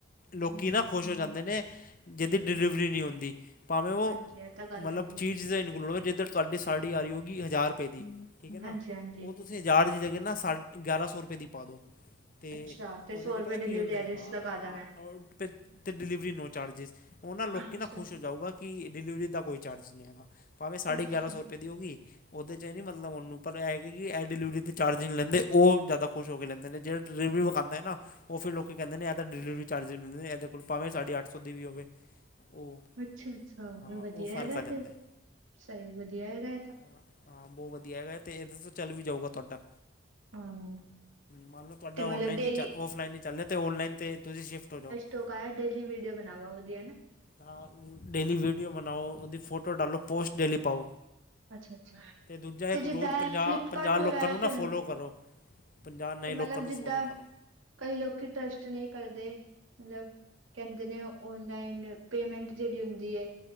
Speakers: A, on the left; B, on the right.
A: ਲੋਕੀ ਨਾ ਖੁਸ਼ ਹੋ ਜਾਂਦੇ ਨੇ ਜਿਦੀ ਡਿਲੀਵਰੀ ਨਈ ਹੁੰਦੀ, ਭਾਵੇਂ ਓ
B: ਹਾਂਜੀ ਇਹ ਤਾਂ ਗੱਲ
A: ਮਤਲਬ
B: ਹੈਗੀ ਏ।
A: ਚੀਜ ਦੇ ਇਨਕਲੂਡ ਹੋਣ ਜਿਧਰ ਤੁਹਾਡੀ ਸਾੜੀ ਆਈ ਹੋਓਗੀ ਹਜ਼ਾਰ ਰੁਪਏ ਦੀ ਠੀਕ ਹੈ ਨਾ
B: ਹਾਂਜੀ-ਹਾਂਜੀ
A: ਉਹ ਤੁਸੀਂ ਹਜ਼ਾਰ ਦੀ ਜਗਾ ਨਾ ਸਾ ਗਿਆਰਾਂ ਸੌ ਰੁਪਏ ਦੀ ਪਾਦੋ। ਤੇ
B: ਅੱਛਾ ਤੇ
A: ਓਦੇ
B: ਸੌ
A: ਚ ਪਤਾ
B: ਰੁਪਏ
A: ਕੀ
B: ਡਿਲੀਵਰੀ
A: ਹੁੰਦਾ
B: ਐਜਸ
A: ਹੈ ਹਾਂ
B: ਲਗਾ ਦਾ ਮੈਂ
A: ਤੇ ਡਿਲੀਵਰੀ ਨੋ ਚਾਰਜਿਸ ਓ ਨਾਂ ਲੋਕੀ
B: ਅੱਛਾ।
A: ਨਾ ਖੁਸ਼ ਹੋ ਜਾਊਗਾ ਕਿ ਡਿਲੀਵਰੀ ਦਾ ਕੋਈ ਚਾਰਜ ਨਈ ਹੈਗਾ। ਭਾਵੇਂ ਸਾਢੇ
B: ਅੱਛਾ,
A: ਗਿਆਰਾਂ ਸੋ ਰੁਪਏ ਦੀ ਹੋ ਗਈ ਉਹਦੇ 'ਚ ਏ ਨਈ ਮਤਲਬ ਓ ਨੂੰ ਪਰ ਐ ਹੈਗੇ ਕਿ ਐ ਡਿਲੀਵਰੀ ਤੇ ਚਾਰਜ ਨਈ ਲੈਂਦੇ ਉਹ ਜ਼ਿਆਦਾ ਖੁਸ਼ ਹੋ ਕੇ ਲੈਂਦੇ ਨੇ ਜੇੜੇ ਡਲੀਵਰੀ ਵਿਖਾਦੇ ਹੈ ਨਾ ਓ ਫਿਰ ਲੋਕੀ ਕੇਂਦੇ ਨੇ ਏ ਤਾਂ ਡਿਲੀਵਰੀ ਚਾਰਜ ਵੀ ਨਈ ਲੈਂਦੇ ਇਹਦੇ ਕੋਲ ਭਾਵੇਂ ਸਾਡੀ ਅੱਠ ਸੌ ਦੀ ਵੀ ਹੋਵੇ। ਉਹ
B: ਅੱਛਾ- ਅੱਛਾ ਮਤਲਬ
A: ਹਾਂ
B: ਵੱਧੀਆ
A: ਉਹ ਫਰਕ
B: ਹੈਗਾ
A: ਆ ਜਾਂਦਾ
B: ਫਿਰ,
A: ਹੈ
B: ਸਈ ਵੱਧੀਆ ਹੈਗਾ ਏ ਤਾਂ।
A: ਹਾਂ, ਹਾਂ ਬੋਤ ਵਧੀਆ ਹੈਗਾ ਤੇ ਇਹਦੇ ਤੋਂ ਚੱਲ ਵੀ ਜਾਊਗਾ ਤੁਆਡਾ।
B: ਹਾਂ।
A: ਮੰਨ ਲਓ ਤੁਆਡਾ
B: ਤੇ ਮਤਲਬ
A: ਔਨਲਾਈਨ
B: ਡੇਲੀ
A: ਨਈ ਚੱਲ ਔਫਲਾਈਨ ਨਈ ਚੱਲ ਰੇਆ ਤੇ ਔਨਲਾਈਨ ਤੇ ਤੁਸੀਂ ਸ਼ਿਫਟ ਹੋ ਜਾਓਗੇ।
B: ਤੋ ਕਾ ਆ ਡੇਲੀ ਵੀਡੀਓ ਬਣਾਵਾ ਓਦੀਆ ਨਾ?
A: ਹਾਂ ਡੇਲੀ ਵੀਡੀਓ ਬਣਾਓ, ਉਹਦੀ ਫੋਟੋ ਡਾਲੋ ਪੋਸਟ ਡੇਲੀ ਪਾਓ।
B: ਅੱਛਾ ਅੱਛਾ।
A: ਤੇ ਦੂਜਾ ਇੱਕ
B: ਜਿੱਦਾਂ
A: ਰੋਜ਼ ਪੰਜਾਹ-
B: ਫਲਿੱਪਕਾਰਟ
A: ਪੰਜਾਹ
B: ਵਗੈਰਾ
A: ਲੋਕਾਂ ਨੂੰ ਨਾ
B: ਤੇ
A: ਫੋਲੋ ਕਰੋ। ਪੰਜਾਹ ਨਏ
B: ਤੇ ਮਤਲਬ
A: ਲੋਕਾਂ ਨੂੰ
B: ਜਿੱਦਾਂ
A: ਫੋਲੋ ਕਰੋ।
B: ਕਈ ਲੋਕੀ ਟਰਸਟ ਨਈ ਕਰਦੇ, ਮਤਲਬ ਕੇਂਦੇ ਨੇ ਓਨਲਾਈਨ ਪੇਮੈਂਟ ਜੇੜੀ ਹੁੰਦੀ ਏ,